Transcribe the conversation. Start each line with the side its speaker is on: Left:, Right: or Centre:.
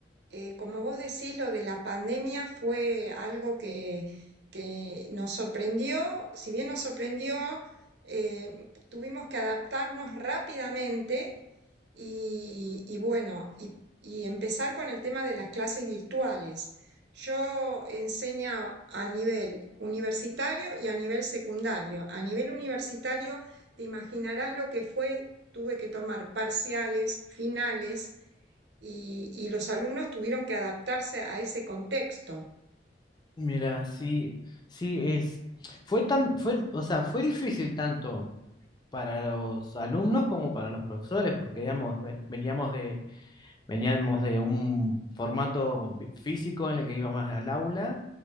Right: Eh, como vos decís, lo de la pandemia fue algo que, que nos sorprendió. Si bien nos sorprendió, eh, tuvimos que adaptarnos rápidamente Y, y bueno, y, y empezar con el tema de las clases virtuales. Yo enseño a nivel universitario y a nivel secundario. A nivel universitario, te imaginarás lo que fue, tuve que tomar parciales, finales, y, y los alumnos tuvieron que adaptarse a ese contexto.
Left: Mira, sí, sí es. Fue tan, fue, o sea, fue difícil tanto para los alumnos como para los profesores, porque digamos, ve- veníamos de Veníamos de un formato vi- físico en el que iba más al aula